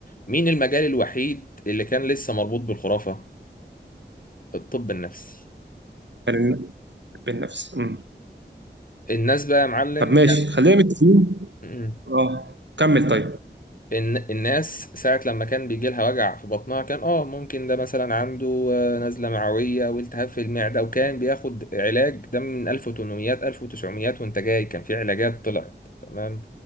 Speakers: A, on the left; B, on the right.
A: مين المجال الوحيد اللي كان لسه مربوط بالخرافة الطب النفسي
B: كان بالنفس مم.
A: الناس بقى يا معلم
B: طب ماشي خلينا متفقين
A: كان
B: اه كمل طيب
A: الن- الناس ساعة لما كان بيجي لها وجع في بطنها كان اه ممكن ده مثلا عنده آه، نزلة معوية والتهاب في المعدة وكان بياخد علاج ده من 1800 1900 وانت جاي كان في علاجات طلعت تمام